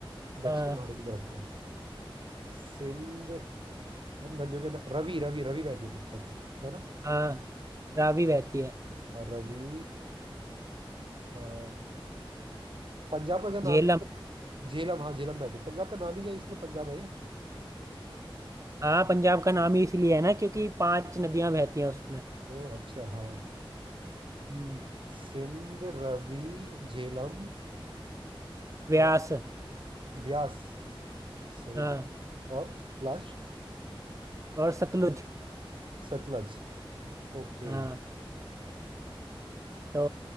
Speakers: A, on the right; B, on the right.
A: दक्षिण
B: हाँ
A: भारत की तरफ को सिंध यार नदियों के ना रवि रवि रवि बहती है पक्का से है ना
B: हाँ रावी बहती है
A: और रवि और पंजाब का क्या नाम
B: झेलम
A: है झेलम हाँ झेलम बहती है पंजाब का नाम ही क्या है, इसलिए पंजाब है क्या
B: हाँ पंजाब का नाम ही इसलिए है ना क्योंकि पांच नदियां बहती हैं उसमें
A: <laughs> ओ अच्छा हाँ
B: हम्म।
A: सिंध रवि झेलम
B: व्यास
A: और ब्यास सही
B: हाँ
A: ब्यास और लास्ट
B: और सतलुज
A: सतलज ओके
B: हाँ तो